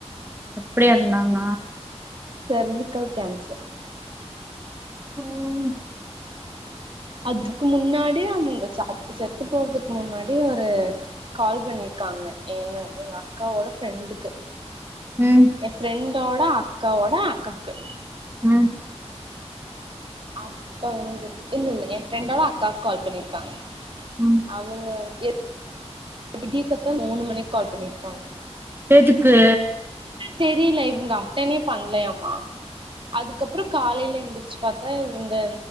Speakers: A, on the right; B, on the right.
A: எப்டி எறந்தாங்க
B: சர்வீக்கள் கான்சர்
A: ம்
B: அதுக்கு முன்னாடி அவங்க ச செத்து போறதுக்கு முன்னாடி ஒரு கால் பண்ணி இருக்காங்க எ எங்க அக்காவோட ஃப்ரெண்டுக்கு
A: ம்
B: எ ஃப்ரெண்டோட அக்காவோட அக்காக்கு
A: ம்
B: அப்ப வந்துட் இல்லல்ல எ ஃப்ரெண்டோட அக்காக் கால் பண்ணிருக்காங்க
A: ம்
B: அவுங்க எ விடிய காத்தால் மூணு மணிக்கு கால் பண்ணிருக்காங்க
A: எதுக்கு
B: தெரில இவுங்க அட்டனே பண்லையாமா அதுக்கப்ற காலையில எந்திர்ச்சு பாத்தா இவுங்க